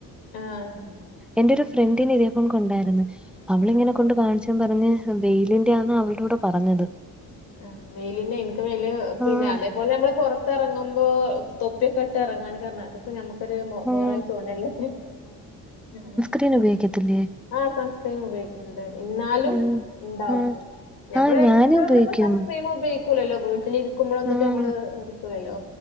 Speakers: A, on the left; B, in the centre.
A: ആഹ്
B: എന്റെ ഒരു ഫ്രണ്ടിനെ ഇതിപ്പോണുക്കുണ്ടായിരുന്നു അവളിങ്ങനെ
A: ആഹ്
B: കൊണ്ട്
A: ആഹ്
B: കാണിച്ച ൻ പറഞ്ഞ് ബെയിലിന്റെ ആന്ന അവൾടുടെ പറഞ്ഞത്
A: ആ വെയിലിന്നെ ഇൻക്ക് വെയ്ല് പിന്നെ
B: ആഹ്
A: അതേപോലെ നമ്മള് കൊറ ത്ത്റങ്ങുമ്പോ തൊപ്പിയൊക്കെ ഇട്ട് ഇറങ്ങാനാ ത് നമക്കൊരു
B: ഉം
A: ബോറായി തോന്നല്ലേ ഹ്
B: ക്രീനുപയോഗിക്കത്തില്ലേ..
A: ആ സൺസ്ക്രീം ഉപയോഗിക്കുന്നുണ്ട്. ഇന്നാലും
B: ഉം
A: ഇണ്ടാവും
B: ആഹ്
A: നമ്മള്
B: ആഹ് ഞാനും
A: എപ്പോളന്നുപ്പോ
B: ഉപയോഗിക്കും
A: സൺസ്‌ക്രീമ് ഉപയോഗി ക്കുലല്ലോ. വീട്ടിലിരിക്കുമ്പളൊന്നും ഇപ്പോ
B: ആഹ്
A: നമ്മള് എടുക്കൂലല്ലോ.